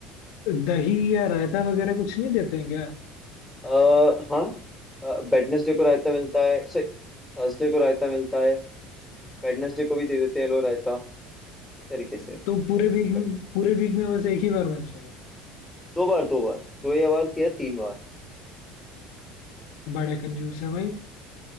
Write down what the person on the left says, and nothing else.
दही या रायता वगैरह कुछ नहीं देते हैं क्या
तो पूरे वीक
पूरे वीक में बस एक ही बार मिलता है
बड़े कंजूस है भाई